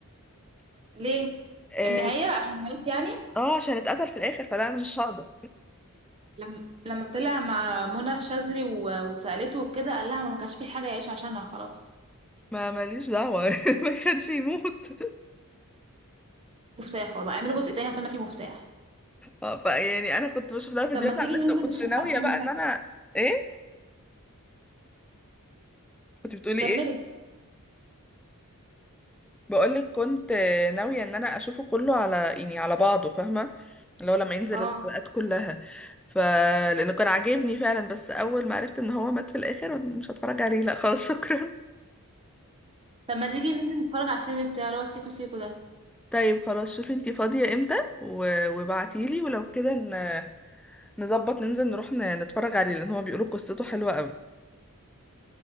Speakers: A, on the right; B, in the centre.
A: ليه
B: اه
A: النهاية عشان مات يعني
B: آه، عشان اتقتل في الاخر فلا انا مش هقدر
A: لما لما طلع مع منى الشاذلي و- وسألته وكده قال لها ما ما كانش في حاجة يعيش عشانها خلاص
B: ما ماليش دعوه <laughs> ما كانش يموت <laughs>
A: مفتاح والله اعملوا جزء تاني هتقولنا فيه مفتاح
B: آه، فيعني انا كنت بشوف لها فيديوهات
A: طب ما تيجي
B: على النت
A: ننزل
B: وكنت
A: نتفرج
B: ناويه
A: على الفيلم
B: بقى
A: سوا
B: ان انا ايه كنت بتقولي
A: كملي
B: ايه بقولك كنت ناوية ان انا اشوفه كله على يعني على بعضه فاهمة اللي هو لما ينزل
A: اه
B: الحلقات كلها ف لانه كان عاجبني فعلا بس اول ما عرفت ان هو مات في الاخر مش هتفرج عليه لا خلاص <laughs> شكرا
A: طب ما تيجي ننزل نتفرج على الفيلم بتاع اللي هو سيكو سيكو ده
B: طيب خلاص شوفي انتي فاضية امتى و... وابعتيلي ولو كده ن... نظبط ننزل نروح ن... نتفرج عليه لان هما بيقولوا قصته حلوة قوي